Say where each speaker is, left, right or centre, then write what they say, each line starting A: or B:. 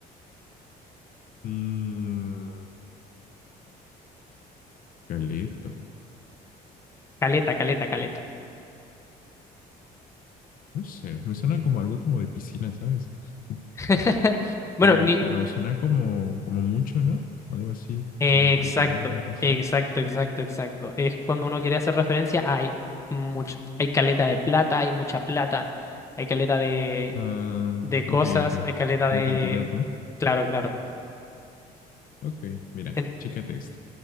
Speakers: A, on the left; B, on the left.
A: Mm, caleto,
B: Caleta, caleta, caleta.
A: no sé, me suena como algo como de piscina, ¿sabes? <laughs>
B: <laughs> Bueno,
A: Eh,
B: ni...
A: pero suena como, como mucho, ¿no? Algo así,
B: Exacto,
A: como cantidad, algo así.
B: exacto, exacto, exacto. Es cuando uno quiere hacer referencia, hay mucho. Hay caleta de plata, hay mucha plata, hay caleta de
A: Ah,
B: de
A: ok,
B: cosas,
A: ok.
B: hay caleta
A: Como
B: de...
A: cantidad, ¿no?
B: Claro, claro.
A: Ok, mira,
B: En-
A: chécate esto.